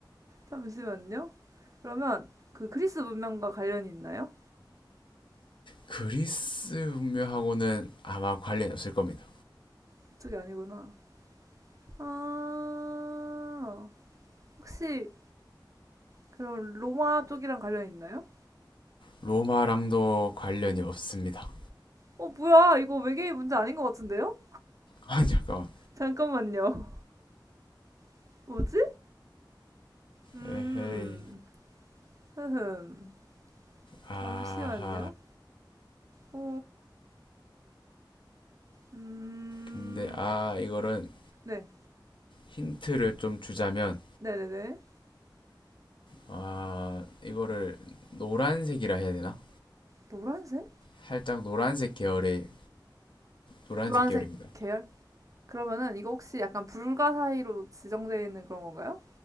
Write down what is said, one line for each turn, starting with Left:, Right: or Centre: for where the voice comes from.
Right: 잠시만요. 그러면 그 그리스 문명과 관련이 있나요?
Left: 그리스 문명하고는 아마 관련이 없을 겁니다.
Right: 그쪽이 아니구나. 아, 혹시 그럼 로마 쪽이랑 관련이 있나요?
Left: 로마랑도 관련이 없습니다.
Right: 어, 뭐야. 이거 외계인 문제 아닌 것 같은데요?
Left: <laughs> 아 잠깐만.
Right: 잠깐만요. <laughs> 뭐지? 음,
Left: 에헤이.
Right: 흐흠.
Left: 아하.
Right: 잠시만요. 어? 음.
Left: 근데 아 이거는
Right: 네.
Left: 힌트를 좀 주자면
Right: 네네네.
Left: 아 이거를 노란색이라 해야 되나?
Right: 노란색?
Left: 살짝 노란색 계열의 노란색
Right: 노란색
Left: 계열입니다.
Right: 계열? 그러면은 이거 혹시 약간 불가 사이로 지정되어 있는 그런 건가요?